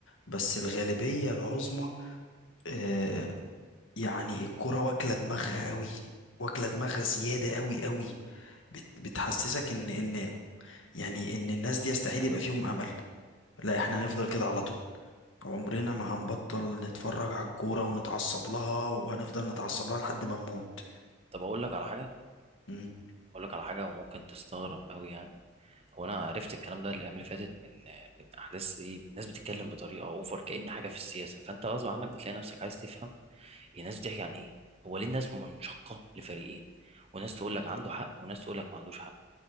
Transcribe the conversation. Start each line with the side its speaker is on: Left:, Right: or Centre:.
Left: بس الغالبية العظمى آه، يعني الكرة واكلة دماغها قوي واكلة دماغها زيادة قوي قوي بت بتحسسك ان ان يعني ان الناس دي يستحيل يبقى فيهم امل لا احنا هنفضل كده على طول عمرنا
Right: مم.
Left: ما هنبطل نتفرج على الكورة ونتعصب لها وهنفضل نتعصب لها لحد ما نموت
Right: طب أقول لك على حاجة
Left: مم.
Right: أقول لك على حاجة وممكن تستغرب أوي يعني هو أنا عرفت الكلام ده الأيام اللي فاتت من من أحداث إيه الناس بتتكلم بطريقة أوفر كأن حاجة في السياسة فأنت غصب عنك بتلاقي نفسك عايز تفهم هي الناس بتحكي عن إيه هو ليه الناس منشقة لفريقين وناس تقول لك عنده حق وناس تقول لك ما عندوش حق